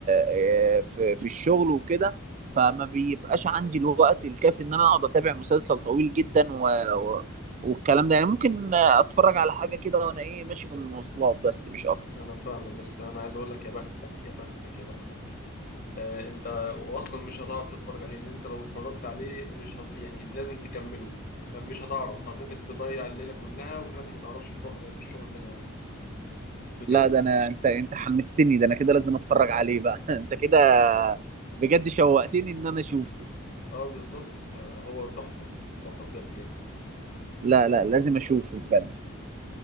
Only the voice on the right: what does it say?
آه، في في الشغل وكده فما بيبقاش عندي الوقت الكافي ان انا اقعد اتابع مسلسل طويل جدا و... و... والكلام ده يعني ممكن اتفرج على حاجة كده وانا ايه ماشي في المواصلات بس مش اكتر
لا ده انا انت انت حمستني ده انا كده لازم اتفرج عليه بقى <laughs> انت كده بجد شوقتني ان انا اشوفه
لا لا لازم اشوفه بجد